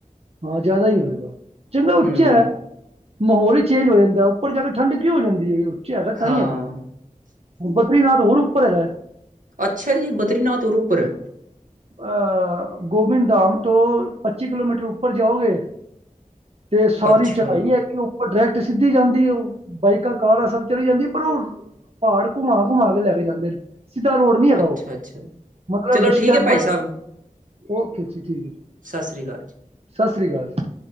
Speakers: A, on the right; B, on the right.
A: ਹਾਂ ਜ਼ਿਆਦਾ ਹੀ ਹੋਏਗਾ, ਚੰਗਾ
B: ਹੂੰ
A: ਉੱਚਾ ਹੈ। ਮਾਹੌਲ ਹੀ ਚੇਂਜ ਹੋ ਜਾਂਦਾ, ਉੱਪਰ ਜਾ ਕੇ ਠੰਡ ਕਿਉਂ ਹੋ ਜਾਂਦੀ ਹੈ ਉਥੇ ਹੈਗਾ ਤਾਂ
B: ਹਾਂ
A: ਹੀ ਹੈਗਾ। ਬਦਰੀਨਾਥ ਹੋਰ ਉਪਰ ਹੈਗਾ ਐ
B: ਅੱਛਾ ਜੀ, ਬਦਰੀਨਾਥ ਹੋਰ ਉੱਪਰ ਐ।
A: ਅ ਗੋਬਿੰਦ ਧਾਮ ਤੋਂ ਪੱਚੀ ਕਿਲੋਮੀਟਰ ਉੱਪਰ ਜਾਓਗੇ।
B: <unintelligible>
A: ਤੇ ਸਾਰੀ
B: ਅੱਛਾ
A: ਚੜ੍ਹਾਈ ਹੈ, ਕਿ ਉੱਪਰ ਡਾਇਰੈਕਟ ਸਿੱਧੀ ਜਾਂਦੀ ਉਹ, ਬਾਈਕਾਂ, ਕਾਰਾਂ ਸਭ ਚਲੀ ਜਾਂਦੀ ਪਰ ਉਹ ਪਹਾੜ ਘੁਮਾ ਘੁਮਾ ਕੇ ਲੈ ਕੇ ਜਾਂਦੇ, ਸਿੱਧਾ ਰੋਡ ਨੀ ਹੈਗਾ
B: ਅੱਛਾ
A: ਉਹ,
B: ਅੱਛਾ
A: ਮਤਲਬ
B: ਚਲੋ ਠੀਕ
A: ਸਟੈਪ
B: ਹੈ
A: ਬਾਏ
B: ਭਾਈ ਸਾਹਿਬ
A: ਓਕੇ ਜੀ ਠੀਕ ਹੈ, ਜੀ
B: ਸਤਿ ਸ੍ਰੀ ਅਕਾਲ
A: ਸਤਿ ਸ੍ਰੀ ਅਕਾਲ ਜੀ।